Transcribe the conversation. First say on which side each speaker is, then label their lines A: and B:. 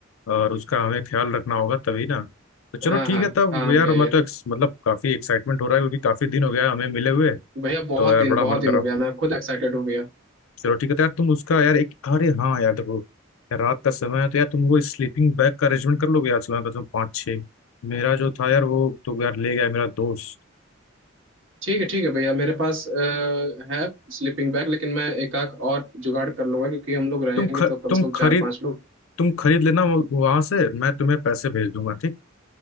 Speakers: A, on the left (about 80°); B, on the right (about 65°).
A: और उसका हमें ख्याल रखना होगा तभी ना तो चलो
B: हाँ
A: ठीक
B: हाँ
A: है तब
B: हाँ
A: यार
B: भैया ये
A: मैं तो ex- मतलब काफी एक्साइटमेंट हो रहा है क्योंकि काफी दिन हो गया हमें मिले हुए
B: भैया बहुत
A: तो यार
B: दिन
A: बड़ा
B: बहुत
A: मन
B: दिन
A: कर रहा
B: हो
A: हूँ
B: गया मैं खुद एक्साइटेड हो गया
A: चलो ठीक है तो यार तुम उसका यार एक अरे हाँ यार देखो यार रात का समय है तो यार तुम वो स्लीपिंग बैग का अरेंजमेंट कर लोगे यार सुबह का तुम पाँच छः मेरा जो था यार वो तो यार ले गया मेरा दोस्त
B: ठीक है ठीक है भैया मेरे पास अ, है स्लीपिंग बैग लेकिन मैं एक आध और जुगाड़ कर लूंगा क्योंकि हम लोग रहेंगे
A: तुम ख,
B: तो कम
A: तुम
B: से कम
A: खरीद
B: चार पांच लोग
A: तुम खरीद लेना वो- वहाँ से मैं तुम्हें पैसे भेज दूंगा ठीक